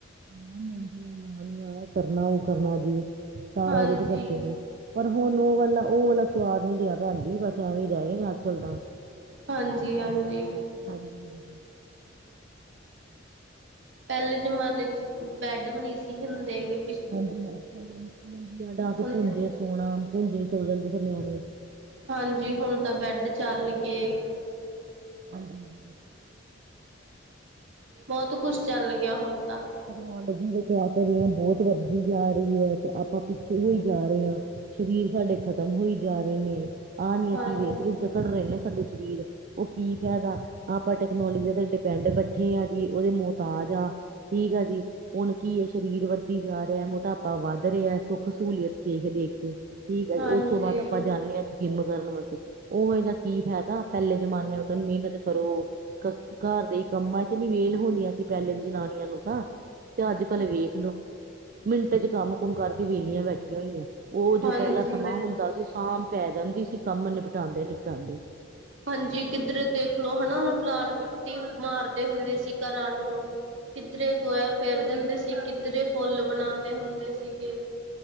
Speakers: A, on the right (about 45°); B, on the right (about 75°).
A: ਹਾਂ, ਮਹਿੰਦੀਆਂ ਲਾਲੀਆਂ ਇਹ ਕਰਨਾ, ਉਹ ਕਰਨਾ ਜੀ, ਸਾਰਾ
B: ਹਾਂਜੀ
A: ਕੁਛ ਕਰਦੇ ਸੀ। ਪਰ ਹੁਣ ਉਹ ਵਾਲਾ, ਉਹ ਵਾਲਾ ਸਵਾਦ ਨੀ ਰਿਹਾ ਭੈਣ ਜੀ, ਬਸ ਐਵੇਂ ਰਹਿ ਗੇਨੇ ਅੱਜ ਕੱਲ ਤਾਂ।
B: ਹਾਂਜੀ-ਹਾਂਜੀ।
A: ਹਾਂਜੀ
B: ਪਹਿਲੇ ਜਮਾਨੇ ਚ ਬੈਂਡ ਵੀ ਨਹੀਂ ਸੀ, ਹੁੰਦੇਗੇ।
A: ਹਾਂਜੀ- ਹਾਂਜੀ। ਥੱਲੇ ਮੰਜੀਆਂ ਡਾਹ ਕੇ
B: ਹੁਣ
A: ਭੂੰਜੇ ਸੋਣਾ, ਭੂੰਜੇ ਹੀ ਸੌ ਜਾਂਦੇ ਸੀ ਨਿਆਣੇ।
B: ਹਾਂਜੀ। ਹੁਣ ਤਾਂ ਬੈਡ ਚੱਲ ਗੇ।
A: ਹਾਂਜੀ ਹਾਂਜੀ
B: ਬਹੁਤ ਕੁਛ, ਚੱਲ ਗਿਆ ਹੁਣ ਤਾਂ।
A: ਤੈਕਨੋਲੋਜੀ ਕਿਹ ਤਾਂ ਰਹੇ ਹੈ, ਬਹੁਤ ਵੱਧਦੀ ਜਾ ਰਹੀ ਹੈ ਤੇ ਆਪਾਂ ਪਿੱਛੇ। ਹੋਈ ਜਾ ਰਹੇ ਹਾਂ ਸਰੀਰ ਸਾਡੇ ਖ਼ਤਮ ਹੋਈ ਜਾ ਰਹੇ ਨੇ ਆਹ ਨੀ
B: ਹਾਂਜੀ
A: ਅਸੀਂ ਵੇਖਦੇ। ਅਕੜ ਰਹੇ ਨੇ ਸਾਡੇ ਸਰੀਰ ਉਹ ਕੀ ਫਾਇਦਾ ਆਪਾਂ ਟੈਕਨੋਲੋਜੀ ਤੇ ਡਿਪੈਂਡ ਬੈਠੇ ਹ। ਵੀ ਉਹਦੇ ਮੌਹਤਾਜ ਆ ਠੀਕ ਆ ਜੀ, ਹੁਣ ਕੀ ਹੈ ਸਰੀਰ ਵਰਗੀ। ਵੱਧਦੀ ਜਾ ਰਿਹਾ, ਮੋਟਾਪਾ ਵੱਧ ਰਿਹਾ ਸੁੱਖ ਸਹੂਲੀਅਤ ਦੇਖ-ਦੇਖ ਕੇ। ਠੀਕ ਹੈ ਜੀ,
B: ਹਾਂਜੀ।
A: ਉਸ ਤੋਂ ਬਾਅਦ ਆਪਾਂ ਜਾਂਦੇ ਹਾਂ ਜੀ ਜਿੰਮ ਕਰਨ ਵਾਸਤੇ ਉਹ ਦਾ ਕੀ ਫਾਇਦਾ। ਪਹਿਲੇ ਜਮਾਨੇ ਉਹਂਦੇ ਮਿਹਨਤ ਕਰੋ ਘਰ ਦੇ ਕੰਮਾਂ 'ਚ ਨੀ ਵੇਲ ਹੋਣੀ ਅਸੀਂ। ਪਹਿਲੇ ਦੀ ਜਨਾਨੀਆਂ ਨੂੰ ਤਾਂ, ਤੇ ਅੱਜ-ਕੱਲ ਵੇਖ ਲੋ। ਮਿੰਟ ਚ ਕੰਮ-ਕੁਮ ਕਰਕੇ ਵੇਲੀਆਂ ਬੈਠੀਆਂ ਹੋਈਆਂ ਉਹ ਜੋ
B: ਹਾਂਜੀ।
A: ਪਹਿਲਾਂ ਸਮਾਂ ਹੁੰਦਾ ਸੀ ਸਾਂਮ ਪੈ ਜਾਂਦੀ ਸੀ। ਕੰਮ ਨਿਪਟਾਦੇ-ਨਿਪਟਾਦੇ।
B: ਹਾਂਜੀ, ਕਿੱਧਰ ਦੇਖਲੋ ਹੈਨਾ, ਲਾਲ ਮਿੱਟੀ ਮਾਰਦੇ ਹੁੰਦੇ ਸੀ। ਘਰਾਂ ਨੂੰ
A: ਹਾਂਜੀ ਹਾਂਜੀ।
B: ਕਿੱਧਰੇ ਗੋਇਆ ਫੇਰਦੇ ਹੁੰਦੇ ਸੀ, ਕਿੱਧਰੇ ਫੁੱਲ ਬਣਾਉਂਦੇ ਹੁੰਦੇ ਸੀਗੇ।